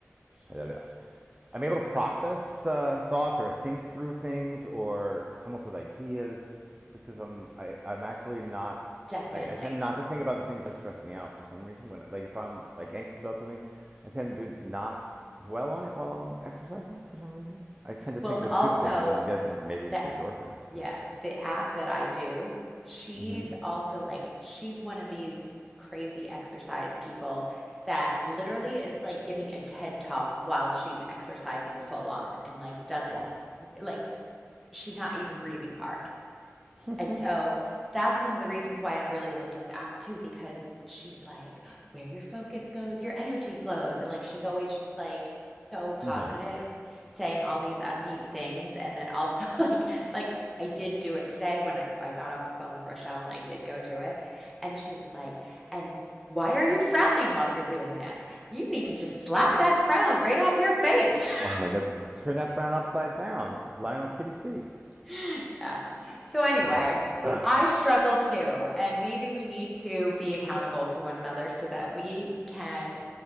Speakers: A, on the right; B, in the centre.
A: not, I'm able to process uh, thoughts or think through things or come up with ideas because I'm I, I'm actually not
B: Definitely.
A: I, I tend not to think about the things that stress me out for some reason when like if I'm like anxious about something I tend to not dwell on it while I'm exercising for some reason I tend to
B: Well,
A: think
B: and
A: of
B: also
A: good things and I'm guessing maybe it's
B: the
A: the endorphins
B: Yeah,
A: but
B: the app that I do, she's
A: Mm-hmm.
B: also like, she's one of these crazy exercise people that literally is like giving a TED talk while she's exercising full on and like doesn't,
A: Wow.
B: like, she's not even breathing hard.
A: <laughs>
B: And so that's one of the reasons why I really like this app too, because she's like, where your focus goes, your energy flows. And like, she's always just like so positive,
A: nice.
B: saying all these upbeat things. And then also <laughs> like, like I did do it today when I, I got off the phone with Rochelle and I did go do it. And she was like, and why are you frowning while you're doing this? You need to just slap that frown right off your face. <laughs>
A: oh my god turn that brown upside down Lionel Kitty City
B: <laughs> Yeah. So anyway,
A: Wow. <clears throat>
B: I struggle too, and maybe we need to be accountable to one another so that we can